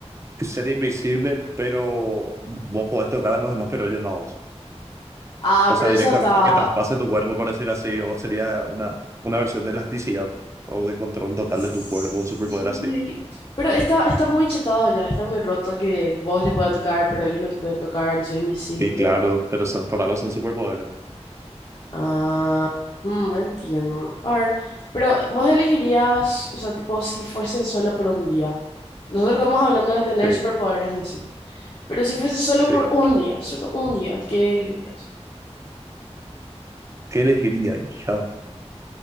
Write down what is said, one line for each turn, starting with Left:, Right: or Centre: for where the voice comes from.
Right: Que ser invisible, pero vos podés tocar a los demás, pero yo no.
Left: Ah,
Right: O
Left: pero
Right: sea, directamente
Left: eso está,
Right: que traspase tu cuerpo, por decir así, o sería una, una versión de elasticidad o de control total
Left: sí,
Right: de tu cuerpo, un superpoder así.
Left: pero está, está muy chatado ya, está muy roto que vos le puedas tocar, pero ellos no te pueden tocar y sos invisible.
Right: Y claro, pero son, por algo son superpoderes.
Left: Ah, mm, entiendo. A ver, pero vos elegirías, o sea, tipo, si fuese solo por un día. Nosotros estamos hablando de tener
Right: Sí,
Left: superpoderes en sí. Pero si fuese solo
Right: sí.
Left: por un día, solo un día, ¿qué elegirías?
Right: ¿Qué elegiría? yo?